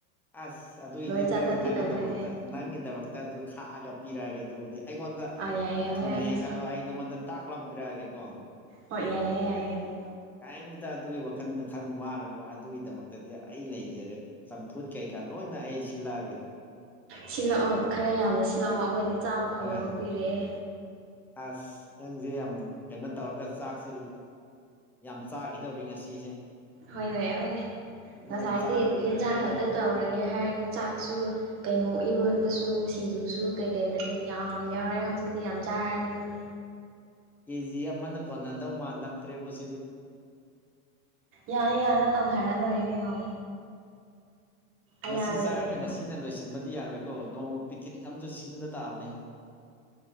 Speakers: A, in the centre; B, on the right.
A: ꯑꯁ ꯑꯗꯨꯏꯗꯤ
B: ꯂꯣꯏ ꯆꯥ
A: ꯅꯪꯒꯤ
B: ꯆꯠꯄꯤ
A: ꯅꯪꯒꯤꯗꯃꯛꯇ
B: ꯇꯧꯗꯣꯏꯅꯦ
A: ꯅꯪꯒꯤꯗꯃꯛꯇ ꯑꯗꯨ ꯈꯥꯛꯑꯒ ꯄꯤꯔꯛꯑꯒꯦ ꯑꯗꯨꯕꯨꯗꯤ ꯑꯩꯉꯣꯟꯗ
B: ꯑꯥ ꯌꯥꯏꯌꯦ
A: ꯊꯨꯡꯉꯛꯑꯦ
B: ꯍꯣꯏ ꯑꯗꯨꯁꯨ
A: ꯈꯜꯂꯣ ꯑꯩ ꯅꯪꯉꯣꯟꯗ ꯇꯥꯛ ꯂꯥꯎ ꯄꯤꯔꯛꯑꯒꯦ ꯀꯣ
B: ꯍꯣꯏ ꯌꯥꯏꯌꯦ ꯌꯥꯏꯌꯦ
A: ꯀꯌꯤꯝꯇ ꯑꯗꯨꯒꯤ ꯋꯥꯈꯟꯗ ꯈꯟ ꯋꯥꯔꯅꯨ ꯑꯗꯨꯒꯤꯗꯃꯛꯇꯗꯤ ꯑꯩ ꯂꯩꯖꯔꯦ ꯆꯝꯐꯨꯠ ꯀꯩꯀꯥ ꯂꯣꯏꯅ ꯑꯩ ꯁꯤꯜꯂꯛꯑꯒꯦ
B: ꯁꯤꯜꯂꯛꯑꯣ ꯈꯔ ꯌꯥꯝꯅ ꯁꯤꯜꯂꯛꯑꯣ ꯑꯈꯣꯏꯗꯤ ꯆꯥꯕ ꯐꯪꯗꯕ
A: ꯍꯣꯏ
B: ꯀꯨꯏꯔꯛꯑꯦ
A: ꯑꯁ ꯅꯪꯖꯦ ꯌꯥꯝ ꯀꯩꯅꯣ ꯇꯧꯔꯒ ꯆꯥꯛꯁꯤꯜ ꯌꯥꯝ ꯆꯥꯈꯤꯗꯧꯔꯤ ꯉꯁꯤꯁꯦ
B: ꯍꯣꯏꯅꯦ ꯍꯣꯏꯅꯦ
A: ꯑꯗꯨ
B: ꯉꯁꯥꯏꯗꯤ
A: ꯌꯥꯝ ꯆꯥꯔꯔꯣꯏꯗ꯭ꯔꯅ
B: ꯏꯟꯖꯥꯡ
A: ꯈꯜꯂꯝꯕꯗꯣ
B: ꯉꯥꯛꯇ ꯇꯧꯔꯒꯦ ꯍꯥꯏꯔꯒ ꯆꯥꯛꯁꯨ ꯀꯩꯅꯣ ꯏꯔꯣꯟꯕꯁꯨ ꯁꯤꯡꯖꯨꯁꯨ ꯀꯩꯀꯩ ꯃꯊꯦꯟ ꯌꯥꯝ ꯌꯥꯎꯔꯛꯑꯦ ꯍꯧꯖꯤꯛꯇꯤ ꯌꯥꯝ ꯆꯥꯔꯅꯤ ꯍꯧ
A: ꯀꯦꯖꯤ ꯑꯃꯅ ꯀꯣꯟꯅꯗꯧ ꯃꯥꯟꯂꯛꯇ꯭ꯔꯦꯕꯣ ꯁꯤꯗꯤ
B: ꯌꯥꯅ ꯌꯥꯅ ꯇꯧꯊꯔ ꯂꯣꯏꯔꯦ ꯀꯩꯅꯣ ꯑꯌꯥꯕꯅꯦ
A: ꯉꯁꯤ ꯆꯥꯔꯒ
B: ꯀꯩꯅꯣ
A: ꯉꯁꯤꯅ ꯂꯣꯏꯁꯤꯟꯕꯗꯤ ꯌꯥꯔꯣꯏꯀꯣ ꯅꯣꯡꯃ ꯄꯤꯀꯤꯅꯤꯛ ꯑꯝꯖꯨ ꯁꯤꯟꯕ ꯇꯥꯕꯅꯤ